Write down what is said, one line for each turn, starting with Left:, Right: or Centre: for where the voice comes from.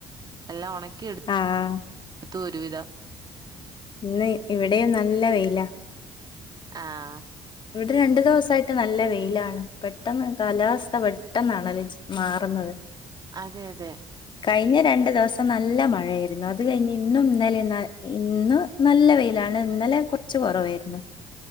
Right: എല്ലാം ഉണക്കി എടുത്തു
Left: ആഹ്
Right: ത്തു ഒരുവിധ
Left: ഇന്ന് ഇവിടെമ് നല്ല വെയില
Right: ആഹ
Left: അത് രണ്ടു ദിവസ ആയിട്ട് നല്ല വെയിലാണ് പെട്ടെന്ന് കാലാവസ്ഥ പെട്ടെന്നാണല്ലേ മാറുന്നത്
Right: അതെ അതെ
Left: കഴിഞ്ഞ രണ്ടു ദിവസം നല്ല മഴയായിരുന്നു അത് കഴിഞ്ഞ് ഇന്നും ഇന്നലെ ഇന്ന നല്ല വെയിലാണ് ഇന്നലെ കുറച്ച് കുറവായിരുന്നു